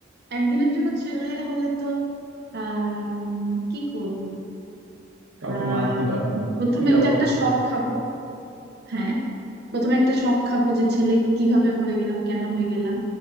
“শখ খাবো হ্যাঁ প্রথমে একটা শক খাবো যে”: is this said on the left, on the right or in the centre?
Right